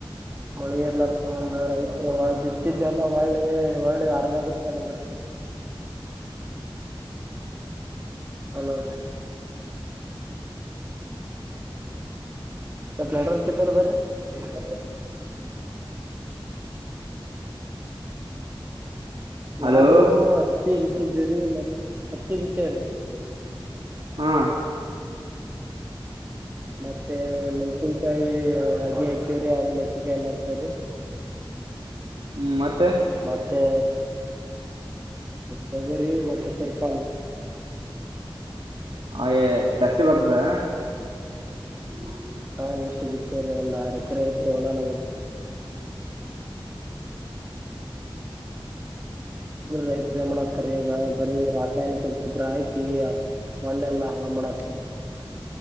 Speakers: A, on the right; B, on the right.
A: ಮಳೆ ಎರ್ಲ್ಲ ಸಂಬಂಧ ರೈತರುಾಳ ಬಿ ಹತ್ತಿದ್ದಲ್ಲ ಒಳ್ಳೆ ಒಳ್ಳೆ ಹೊರಗಾಗುತ್ತಾರೆ ಮತ್ತೆ ಹಲೋ ಹ್ಮ ಮತ್ ನಡ ಕಿದ್ದಲ್ ಬರಿಸ
B: ಹಲೋ
A: ನಾವು ಹತ್ತಿ ಬಿತ್ತಿದ್ದೀವಿ್ರೀ ಮತ್ ಹತ್ತಿ ಬಿತ್ತೇವ್ರೀ
B: ಹಾ
A: ಮತ್ತೆ ಮೆನ್ಸಿಂಗ ಕ ಅಗಿ ಹಾಕ್ಯವ್ರಿ ಅ ಮೆಣಸನ್ಕಾಯಿ ಮಾಡ್ತವ್ರಿ
B: ಹ್ಮ್ ಮತ್ತೆ
A: ಮತ್ತೆ ತೊಗರಿ ಮತ್ತೆ ಸುರ್ಪಾನ
B: ಅಯೇ ಜಾಸ್ತಿ ಬರ್ತದ ಹ್ಮ
A: ಹಾ ಇಷ್ಟು ಬಿ ಸರಿ ಒಂದ್ ಆರು ಎಕರೆ ಐತ್ರಿವಲ್ಲಾ ನಮ್ಮದು ರೈತರು ಏನ್ ಮಾಡತ್ತಾರ ಈಗ ಬರೀ ರಾಸಾಯನಿಕ ಗೊಬ್ಬರ ಹಾಕಿ ಮಣ್ಣೆಲ್ಲಾ ಹಾಳ್ ಮಾಡತ್ತಾರ